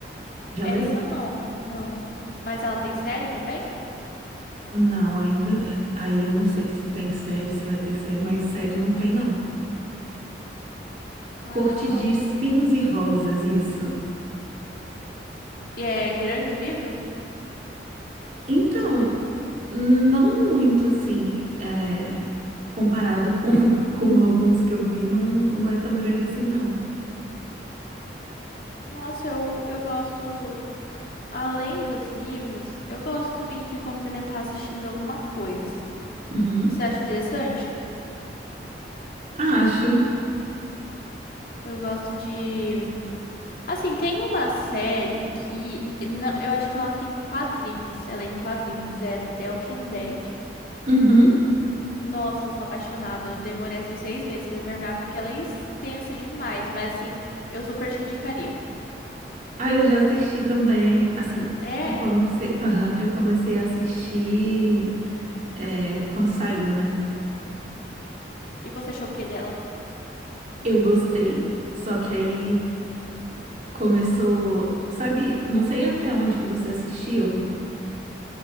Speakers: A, on the right; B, on the left.
A: Já
B: Essa
A: leu?
B: não, não. Mas ela tem série também?
A: Não, ainda. Aí eu não sei se tem série, se vai ter série, mas série não tem, não.
B: Caramba,
A: Corte de
B: eu...
A: Espinhos e Rosas, isso.
B: E é grande o livro?
A: Então, não muito assim, é, comparado com, <laughs> com alguns que eu vi, não, não é tão grande assim, não.
B: Nossa, eu, eu gosto. Além dos livros, eu gosto também de complementar assistindo alguma coisa.
A: Uhum.
B: Você acha interessante?
A: Acho.
B: Eu gosto de. Assim, tem uma série que não, eu acho que ela tem quadrinhos, ela é em quadrinhos, é The Walking Dead.
A: Uhum.
B: Nossa, eu sou apaixonada. Eu demorei assim seis meses pra terminar porque ela é extensa demais, mas assim, eu super te indicaria.
A: Ah, eu já assisti também. Assim,
B: É.
A: eu comecei, aham, eu comecei a assistir é, quando saiu, né?
B: E você achou o que dela?
A: Eu gostei. Só que aí começou, sabe? Não sei até onde que você assistiu.